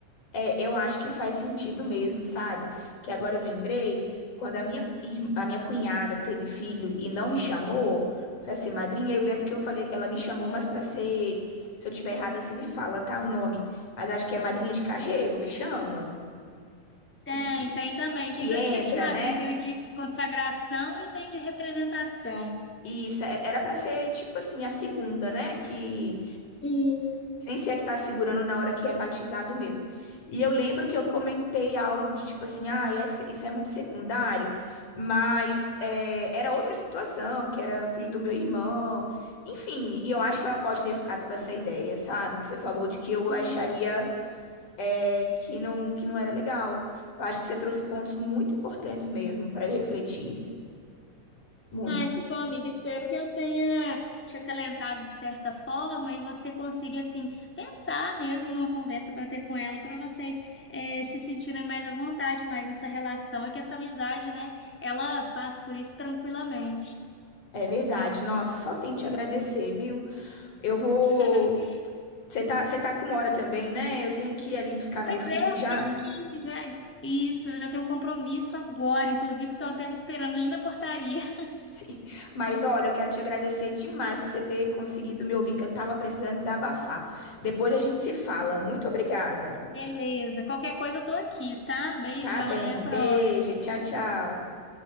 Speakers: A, on the left; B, in the centre.
A: É, eu acho que faz sentido mesmo, sabe? Que agora eu lembrei, quando a minha, cu- ir- a minha cunhada teve filho e não me chamou pra ser madrinha, eu lembro que eu falei, ela me chamou, mas pra ser, se eu tiver errada, você me fala, tá, o nome. Mas acho que é madrinha de carrego que chama,
B: Tem,
A: que, que,
B: tem também.
A: que
B: Tem dois tipos
A: entra,
B: de madrinha,
A: né?
B: tem o de consagração e tem o de representação.
A: E isso é- era pra ser tipo assim a segunda, né? Que
B: Isso.
A: Sem ser a que tá segurando na hora que é batizado mesmo. E eu lembro que eu comentei algo de tipo assim, ah, essa- isso é muito secundário, mas é, era outra situação, porque era o filho do meu irmão. Enfim, e eu acho que ela pode ter ficado com essa ideia, sabe? Que você falou de que eu
B: Sim.
A: acharia é, que não, que não era legal. Eu acho que você trouxe pontos muito importantes mesmo para eu refletir. Muito.
B: Ah, que bom, amiga. Espero que eu tenha te acalentado de certa forma e você consiga, assim, pensar mesmo numa conversa para ter com ela, para vocês eh, se sentirem mais à vontade, mais nessa relação e que essa amizade, né, ela passe por isso tranquilamente.
A: É verdade. Nossa, só tenho que te agradecer, viu? Eu vou
B: <laughs>
A: Você tá, você tá com hora também, né? Eu tenho que ir ali buscar
B: Pois
A: meu filho
B: é, eu
A: já.
B: tenho que já. Isso, eu já tenho um compromisso agora. Inclusive, estão até me esperando ali na portaria. <laughs>
A: <laughs> Sim. Mas olha, eu quero te agradecer demais por você ter conseguido me ouvir, que eu tava precisando desabafar. Depois a gente se fala. Muito obrigada.
B: Beleza, qualquer coisa eu tô aqui, tá? Beijão,
A: Tá bem.
B: até a próxima.
A: Beijo. Tchau, tchau.